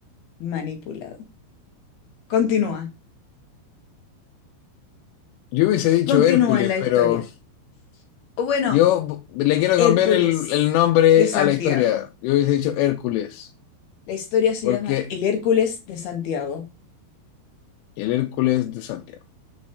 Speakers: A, on the left; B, on the left.
A: manipulado. Continúa.
B: Yo hubiese dicho
A: Continúa
B: Hércules,
A: en la
B: pero
A: historia. O bueno.
B: yo le quiero
A: Hércules
B: cambiar el, el nombre
A: de Santiago.
B: a la historia. Yo hubiese dicho Hércules,
A: La historia se
B: porque
A: llama El Hércules de Santiago.
B: el Hércules de Santiago